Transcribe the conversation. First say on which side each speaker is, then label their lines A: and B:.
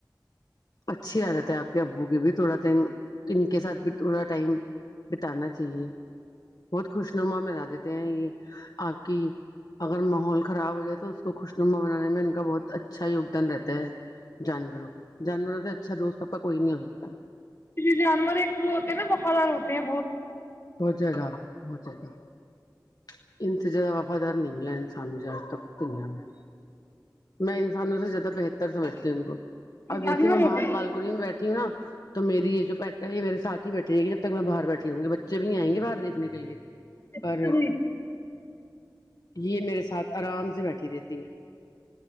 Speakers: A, on the left; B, on the left.
A: اچھی عادت ہے آپ کے ابو کی بھی تھوڑا ٹائم ان کے ساتھ بھی تھوڑا ٹائم بتانا چاہیے بہت خوش نما میں رد تے ہیں یہ آاک اگر م ماحول خراب ہو جائے تو اس کو خوشنما بنانے میں ان کا بہت اچھا یگدان رہتا ہے جانوروں کو جانوروں سے اچھا دوست آپ کا کوئی نہیں ہو سکتا
B: جی <unintelligible> جانور ایک وہ ہوتے ہیں نا وفادار ہوتے ہیں <unintelligible>
A: ہو جائے گا ہو جائے گا <unintelligible> انتجار وفادار نگلا انسان مجھاجتاک دنیا میں میں انسانوں سے زیادہ بہتر سمجھتی ہوں ان کو اب دیکھیے
B: جانور
A: میں
B: ہوتے
A: باہر بالکونی میں بیٹھی ہوں نا تو میری یہ جو پیٹا ہے یہ میرے ساتھ ہی بیٹھی رہے گی <unintelligible> میں باہر بیٹھ <unintelligible> ہوں گے بچے بھی نہیں آئیں گےاہر دیکھنے کےے
B: اچھا
A: پر
B: جی
A: یہ میرے ساتھ آرام سے بیٹھی رہتی <unintelligible> تی ہیں <unintelligible>